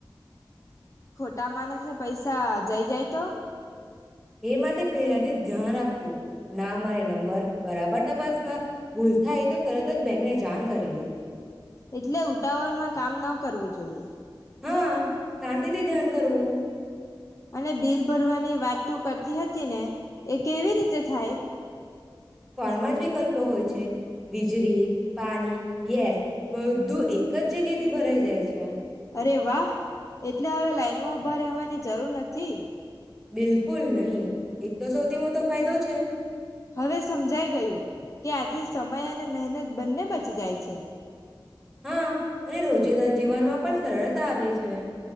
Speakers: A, on the left; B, in the centre.
A: મોટા માણસ ને પૈસા જઈ જાય તો.
B: એ માટે પહેલાથી જ ધ્યાન રાખવું નામ અને નંબર બરાબર તપાસવા. ભૂલ થાય એ તો તરત જ બેકને જા. ત કરવી.
A: એટલે ઉતાવળમાં કામ ન કરવું જોઈએ.
B: હા શાંતિથી ધ્યાન કરવું.
A: અને બિલ ભરવાની વાત તો કરતી હતી. ને એ કેવી રીતે થાય.
B: ફમાં જ વિકલ્પો હોય છે. વીજળી. પાણી ગેસ બધું એક જ જગ્યા. ભરાઈ જાય છે.
A: ર વા એટલે હવે લાઈન માં ઉભા રહેવાની જરૂર નથી.
B: બિલકુલ નહી એજ તો સૌથી મોટો ફાયદો છે.
A: હવે સમજાઈ ગયું કે આથી સમય અને મહેનત બંને બચી જાય છે.
B: હા અને રોજિંદા જીવનમાં પણ સરળતા આવે છે.